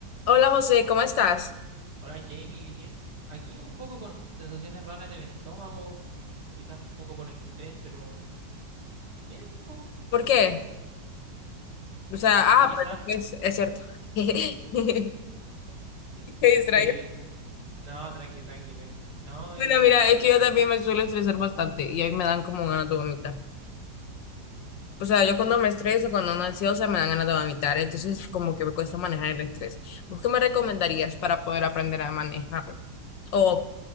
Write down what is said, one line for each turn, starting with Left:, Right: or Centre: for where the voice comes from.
Left: Hola José, ¿cómo estás?
Right: Hola Jamie, bien. Aquí un poco con sensaciones raras en el estómago, quizás un poco por el estrés, pero bien, supongo.
Left: ¿Por qué? O sea,
Right: Eh,
Left: ah,
Right: quizás.
Left: pues es, es cierto. <laughs> Me
Right: <laughs> eh,
Left: distraigo.
Right: eh, no, tranqui, tranqui, tranqui. No, eh,
Left: Bueno, mira, es
Right: que-
Left: que yo también me suelo estresar bastante y hoy me dan como ganas de vomitar.
Right: mm,
Left: O sea, yo cuando me estreso, cuando ando ansiosa, me dan ganas de vomitar. Entonces, como que me cuesta manejar el estrés. ¿Vos qué me recomendarías para poder aprender a manejar? O